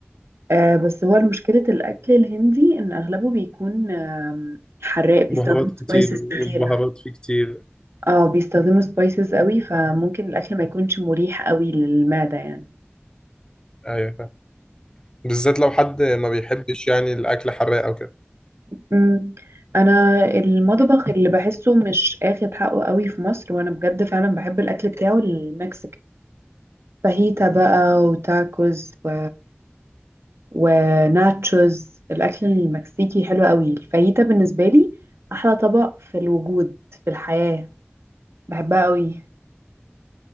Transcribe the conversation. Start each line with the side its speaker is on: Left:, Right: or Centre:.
Right: آه بس هو مشكله الاكل الهندي ان اغلبه بيكون آم، حراق بيستخدم
Left: بهارات
Right: سبايسز
Left: كتير والبهارات
Right: كتيره
Left: فيه كتير
Right: اه بيستخدموا سبايسز قوي فممكن الاكل ما يكونش مريح قوي للمعدة يعني
Left: ايوه فاهم بالذات لو حد ما بيحبش يعني الاكل حراق او كده
Right: أمم، <laughs> انا المطبخ اللي بحسه مش اخد حقه قوي في مصر وانا بجد فعلا بحب الاكل بتاعه المكسيك فاهيتا بقى وتاكوز و... وناتشوز الاكل المكسيكي حلو قوي الفاهيتا بالنسبة لي احلى طبق في الوجود في الحياة بحبها قوي